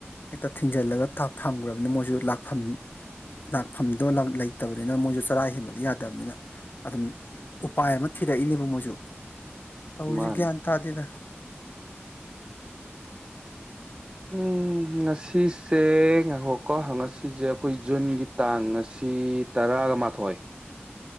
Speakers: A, on the left; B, on the right.
A: ꯍꯦꯛꯇ ꯊꯤꯡꯖꯤꯜꯂꯒ ꯊꯥꯛ ꯊꯝꯈ꯭ꯔꯕꯅꯤꯅ ꯃꯣꯏꯁꯨ ꯂꯥꯛꯐꯝ ꯂꯥꯛꯐꯝꯗꯣ ꯂꯩꯇꯕꯅꯤꯅ ꯃꯣꯏꯁꯨ ꯆꯔꯥ ꯍꯦꯟꯕꯗꯤ ꯌꯥꯗꯕꯅꯤꯅ ꯑꯗꯨꯝ ꯎꯄꯥꯏ ꯑꯃ ꯊꯤꯔꯛꯏꯅꯦꯕ ꯃꯣꯏꯁꯨ ꯇꯧꯔꯤꯁꯦ
B: ꯃꯥꯅꯤ
A: ꯒ꯭ꯌꯥꯟ ꯇꯥꯗꯦꯗ
B: ꯎꯝ ꯉꯁꯤꯁꯦ ꯉꯥꯏꯍꯧꯀꯣ ꯉꯁꯤꯁꯦ ꯑꯩꯈꯣꯏ ꯖꯨꯟꯒꯤ ꯇꯥꯡ ꯉꯁꯤ ꯇꯔꯥꯒ ꯃꯥꯊꯣꯏ